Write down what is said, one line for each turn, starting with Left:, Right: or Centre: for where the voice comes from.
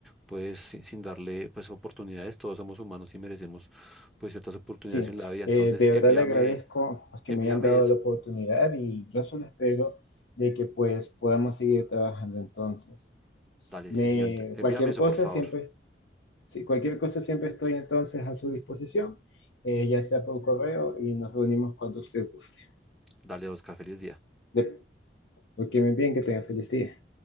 Centre: pues sin, sin darle pues oportunidades. Todos somos humanos y merecemos pues ciertas oportunidades
Left: Sí,
Centre: en la vida. Entonces,
Left: eh, de
Centre: envíame,
Left: verdad le agradezco pues, que
Centre: envíame
Left: me hayan dado
Centre: eso.
Left: la oportunidad y yo solo espero de que pues podamos seguir trabajando entonces.
Centre: Dale,
Left: Me,
Centre: sí, señor. Envíame
Left: cualquier
Centre: eso,
Left: cosa
Centre: por favor.
Left: siempre Sí, cualquier cosa siempre estoy entonces a su disposición, eh, ya sea por correo y nos reunimos cuando usted guste.
Centre: Dale, Oscar. Feliz día.
Left: De, lo que me bien, que tenga feliz día.